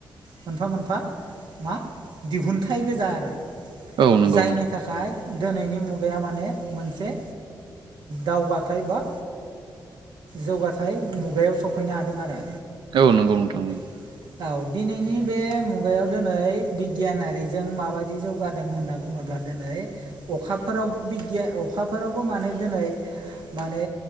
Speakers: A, on the right; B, on the right.
A: मोनफा मोनफा मा दिहुनथाइ गोजा आरो
B: औ नंगौ
A: जायनि
B: नोंथां
A: थाखाय नथाय दिनैनि मुगाया माने मोनसे दावगाथाय बा जौगाथाय मुगायाव सफैनो हादों आरो
B: औ नंगौ नोंथां
A: <inaudible> औ दिनैनि बे मुगायाव दिनै बिगियानारिजों माबायदि जौगादों होनना बुङोब्ला दिनै अखाफोरावबो बिदिया अखाफोरावबो माने दिनै माने